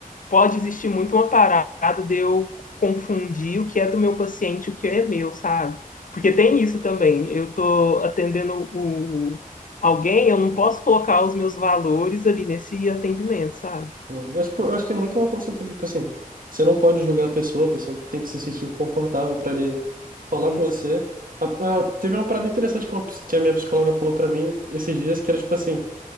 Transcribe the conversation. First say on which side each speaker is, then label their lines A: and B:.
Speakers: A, on the left; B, on the right.
A: pode existir muito uma parada de eu confundir o que é do meu paciente e o que é meu, sabe? Porque tem isso também. Eu tô atendendo o alguém, eu não posso colocar os meus valores ali nesse atendimento, sabe?
B: Uhum. Mas, pô, eu acho que é muito uma consulta, tipo assim, você não pode julgar a pessoa, a pessoa tem que se sentir confortável para ele falar
A: Isso.
B: com você. A- a- teve uma parada interessante que, uma ps- que a minha psicóloga falou para mim esses dias, que era tipo assim,